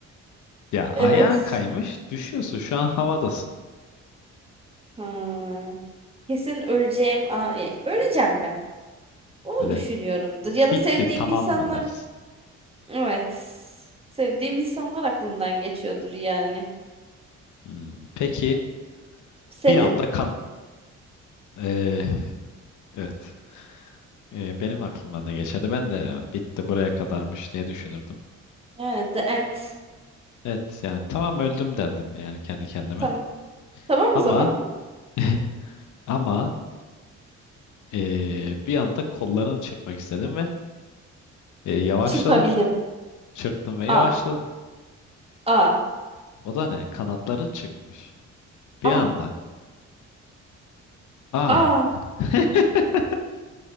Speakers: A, on the left (about 75°); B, on the right (about 20°).
A: Ya ayağın
B: Evet.
A: kaymış düşüyorsun şu an havadasın.
B: Ha, kesin öleceğim. Aa, ya, öleceğim ben. Onu
A: Böyle
B: düşünüyorumdur.
A: bitti
B: Ya da sevdiğim
A: tamam
B: insanlar.
A: mı dersin?
B: Evet. Sevdiğim insanlar aklımdan geçiyordur yani.
A: Hmm, peki
B: Senin?
A: bir anda kan... eee, evet Eee, benim aklımdan ne geçerdi? Ben de "Ya bitti buraya kadarmış diye düşünürdüm.
B: Yani The End.
A: Evet yani tamam öldüm derdim yani kendi kendime.
B: Tamam. Tamam
A: Ama
B: o zaman.
A: <laughs> ama eee, bir anda kollarını çırpmak istedim ve eee, yavaşladın.
B: <laughs> Çırpabildim.
A: Çırptın ve yavaşladın.
B: A. A.
A: O da ne? Kanatların çıkmış. Bir
B: A.
A: anda. Aa.
B: A.
A: <laughs>